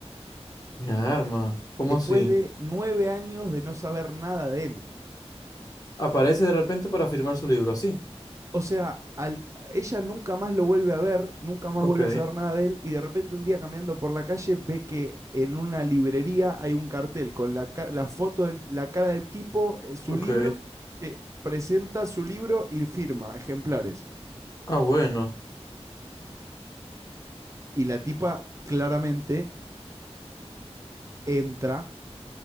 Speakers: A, on the left (about 35°); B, on the right (about 30°).
A: Mi arma. ¿Cómo
B: después
A: así?
B: de nueve años de no saber nada de él.
A: Aparece de repente para firmar su libro, así.
B: O sea, al- ella nunca más lo vuelve a ver, nunca más
A: Ok,
B: vuelve a saber nada de él, y de repente un día caminando por la calle ve que en una librería hay un cartel con la, la foto, de la cara del tipo, eh, su
A: ok.
B: libro, y dice, presenta su libro y firma, ejemplares.
A: Ah, bueno.
B: Y la tipa claramente entra,